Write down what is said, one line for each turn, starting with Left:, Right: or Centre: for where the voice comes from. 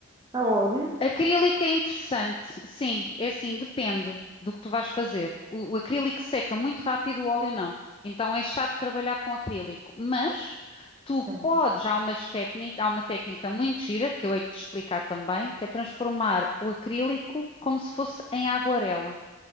Right: a óleo?
Left: Acrílico é interessante, sim, é assim, depende do que tu vais fazer. O, o acrílico seca muito rápido, o óleo não. Então é chato trabalhar com acrílico, mas tu
Right: Sim.
Left: podes, há umas técnica, há uma técnica muito gira que eu hei de te explicar também, que é transformar o acrílico como se fosse em aguarela.